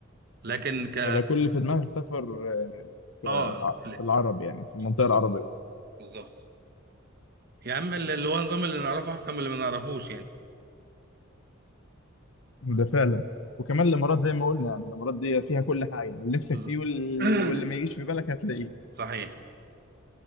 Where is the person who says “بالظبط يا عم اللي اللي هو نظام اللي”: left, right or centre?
Right